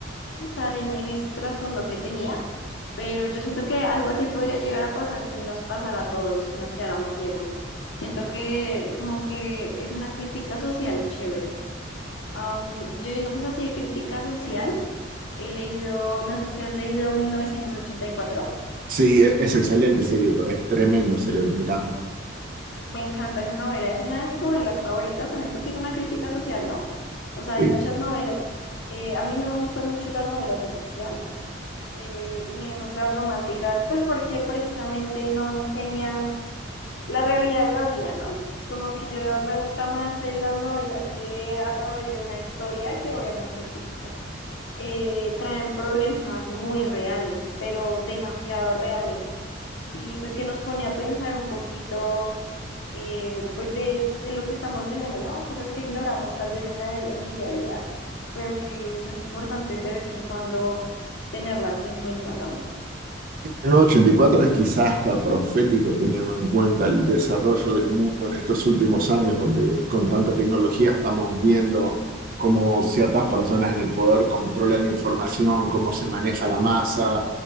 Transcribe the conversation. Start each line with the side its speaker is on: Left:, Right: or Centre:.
Left: pensar en, en ese trasfondo que tenía, pero yo siento que algo así podría llegar a pasar si nos pasara a todos, que nos quedáramos ciegos. Siento que como que es una crítica social chévere. Am, yo digamos así de crítica social, he leído, no sé si has leído mil novecientos ochenta y cuatro
Right: Sí, es,
Left: es
Right: es
Left: una,
Right: excelente ese libro, es tremendo ese libro, me encanta.
Left: me encanta esa novela, es una de mis novelas favoritas también porque es una crítica social, ¿no? O sea,
Right: Sí.
Left: hay muchas novelas, eh, a mí no me gustan mucho las novelas de ficción eh, y menos las románticas, pues porque precisamente no enseñan la realidad de la vida, ¿no? Como que yo me gusta más en las novelas que a través de una historia, que obviamente es ficción, eh, traen problemas muy reales, pero demasiado reales, y pues que nos pone a pensar un poquito, eh, pues de, de lo que estamos viviendo, ¿no? Cosas que ignoramos tal vez en, la, en el día a día, pero que son importantes de vez en cuando tenerlas en cuenta, ¿no?
Right: En El 84 es quizás hasta profético teniendo en cuenta el desarrollo del mundo en estos últimos años, donde con tanta tecnología estamos viendo cómo ciertas personas en el poder controlan información, cómo se maneja la masa.